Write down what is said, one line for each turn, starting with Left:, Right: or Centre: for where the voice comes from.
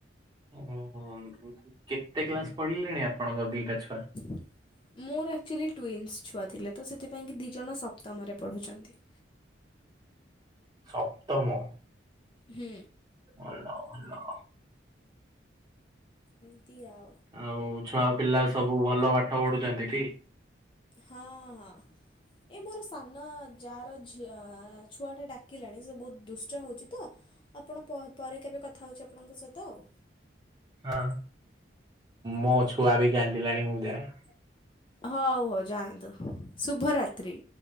Right: ଓହୋ କେତେ କ୍ଲାସ ପଢିଲେଣି ଆପଣଙ୍କ ଦିଟା ଛୁଆ?
Left: <inaudible> ମୋର ଆକ୍ଚୁଆଲି ଟ୍ୱିନ୍ସ୍ ଛୁଆ ଥିଲେ ତ ସେଥିପାଇଁକି ଦୁଇଜଣ ସପ୍ତମରେ ପଢ଼ୁଛନ୍ତି।
Right: ସପ୍ତମ।
Left: ହୁଁ।
Right: ଭଲ ଭଲ।
Left: ଏମିତିଆଉ।
Right: ଆଉ ଛୁଆ ପିଲା ସବୁ ଭଲ ପାଠ ପଢୁଛନ୍ତି ଟି।
Left: ହଁ ହଁ। ଏ ମୋର ସାନ ଯାର ଝିଅ ଛୁଆଟା ଡାକିଲାଣି ସେ ବହୁତ ଦୁଷ୍ଟ ହଉଛି ତ। ଆପଣ ପରେ କେବେ କଥା ହେଉଛି ଆପଣଙ୍କ ସହିତ ଆଉ।
Right: ହଁ ମୋ ଛୁଆ ବି କାନ୍ଦିଲାଣି ମୁଁ ଯାଏ।
Left: ହଉ ହଉ ଯାଆନ୍ତୁ ଶୁଭରାତ୍ରି।